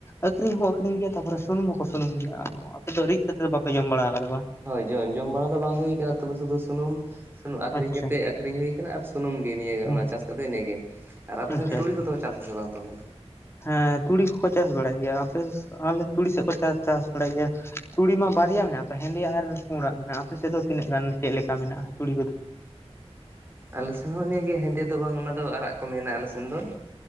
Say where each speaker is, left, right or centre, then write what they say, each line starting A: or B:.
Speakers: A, on the left (about 25°); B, on the right (about 20°).
A: ᱟᱠᱷᱨᱤᱧ ᱦᱚᱸᱠᱚ ᱟᱠᱷᱨᱤᱧ ᱜᱮᱭᱟ ᱛᱟᱯᱚᱨᱮ ᱥᱩᱱᱩᱢ ᱦᱚᱸᱠᱚ ᱥᱩᱱᱩᱢ ᱜᱮᱭᱟ ᱟᱨ ᱟᱯᱚ ᱫᱚ ᱨᱤᱫ ᱠᱟᱛᱮᱫ ᱫᱚ ᱵᱟᱮ ᱡᱚᱢ ᱵᱟᱲᱟ ᱠᱟᱫᱟ ᱵᱟᱝ?
B: ᱦᱳᱭ ᱡᱚ ᱡᱚᱢ ᱵᱟᱲᱟ ᱫᱚ ᱵᱟᱝ ᱦᱩᱭᱩ ᱠᱟᱱᱟ ᱛᱚᱵᱮ ᱥᱩᱫᱩ ᱥᱩᱱᱩᱢ ᱥᱩᱱᱩᱢ ᱟᱠᱷᱨᱤᱧ
A: ᱟᱪᱪᱷᱟ
B: ᱠᱟᱛᱮᱫ ᱟᱠᱷᱨᱤᱧ ᱦᱩᱭ ᱟᱠᱟᱱᱟ ᱟᱨ ᱥᱩᱱᱩᱢ ᱜᱮ ᱱᱤᱭᱟᱹ
A: ᱦᱩᱸ
B: ᱚᱱᱟ ᱪᱟᱥ ᱠᱟᱛᱮ ᱤᱱᱠᱟᱹᱜᱮ ᱟᱨ ᱟᱯᱮᱥᱱ
A: ᱟᱪᱪᱷᱟ
B: ᱛᱩᱲᱤ
A: ᱟᱪᱪᱷᱟ
B: ᱠᱚᱫᱚ ᱪᱟᱥ ᱜᱮ ᱵᱟᱝ ᱛᱚᱵᱮ?
A: ᱦᱮᱸ ᱛᱩᱲᱤ ᱠᱚ ᱠᱚ ᱪᱟᱥ ᱵᱟᱲᱟᱭ ᱜᱮᱭᱟ ᱟᱯᱮ ᱟᱞᱮ ᱛᱩᱲᱤ ᱥᱮᱫ ᱠᱚ ᱪᱟᱥ ᱵᱟᱲᱟᱭ ᱜᱮᱭᱟ᱾ ᱛᱩᱲᱤ ᱢᱟ ᱵᱟᱨᱭᱟ ᱢᱮᱱᱟᱜ-ᱟ ᱛᱚ ᱦᱮᱸᱫᱮᱭᱟᱜ ᱟᱨ ᱯᱩᱲᱟᱜ ᱢᱮᱱᱟᱜ-ᱟ ᱟᱯᱮ ᱥᱮᱫ ᱫᱚ ᱛᱤᱱᱟᱹᱜ ᱜᱟᱱ ᱪᱮᱫ ᱞᱮᱠᱟ ᱢᱮᱱᱟᱜ-ᱟ ᱛᱩᱲᱤ ᱠᱚᱫᱚ?
B: ᱟᱞᱮ ᱥᱮᱱ ᱦᱚᱸ ᱤᱱᱟᱹ ᱜᱮᱭᱟ ᱦᱮᱸᱫᱮ ᱫᱚ ᱵᱟᱝ ᱚᱱᱟ ᱫᱚ ᱟᱨᱟᱜ ᱠᱚ ᱢᱮᱱᱟ ᱟᱞᱮ ᱥᱮᱱ ᱫᱚ᱾